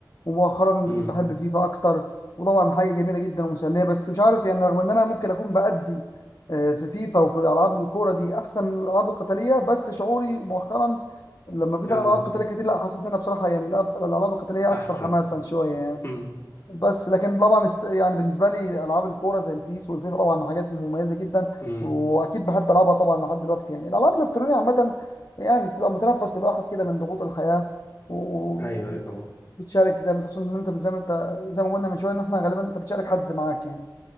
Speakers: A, on the left; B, on the left.
A: ومؤخرا
B: امم
A: بقيت بحب فيفا أكتر وطبعا حاجة جميلة جدا ومسلية بس مش عارف يعني رغم إن أنا ممكن أكون بأدي آه، في فيفا وفي ألعاب الكورة دي أحسن من الألعاب القتالية بس شعوري مؤخرا لما بقيت
B: اه
A: ألعب ألعاب قتالية كتير لا حسيت إن أنا بصراحة يعني الألعاب الألعاب القتالية
B: أحسن
A: أكثر حماسا شوية يعني
B: امم
A: بس لكن طبعا است... يعني بالنسبه لي العاب الكوره زي البيس والفيفا طبعا حاجات مميزه جدا
B: امم
A: واكيد بحب العبها طبعا لحد دلوقتي يعني الالعاب الالكترونيه عامه يعني بتبقى متنفس للواحد كده من ضغوط الحياه و...
B: أيوه أيوه طبعا
A: بتشارك زي ما تقصد ان انت زي ما انت زي ما قلنا من شويه ان احنا غالبا انت بتشارك حد معاك يعني